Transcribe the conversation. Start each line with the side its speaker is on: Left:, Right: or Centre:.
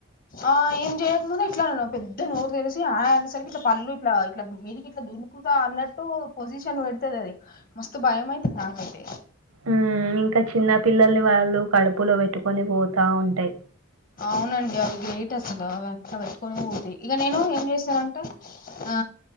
Left: ఆ ఏం జేయకముందే ఇట్లా పెద్ద నోరు తెరిసి ఆ అనే సరికి ఇట్లా పళ్ళు ఇట్లా ఇట్లా. మీదికి ఇట్లా దునుకుతా అన్నట్టు పొజిషన్ పెడతది అది మస్తు భయం అయితది నాకైతే.
Right: ఉ ఇంకా చిన్న పిల్లల్ని వాళ్ళు కడుపులో పెట్టుకొని పోతా ఉంటాయి.
Left: అవునండి అవి గ్రేట్ అసలు అవంత వెట్టుకొనే పోతయి ఇగ నేను ఏం చేసానంటె. ఆ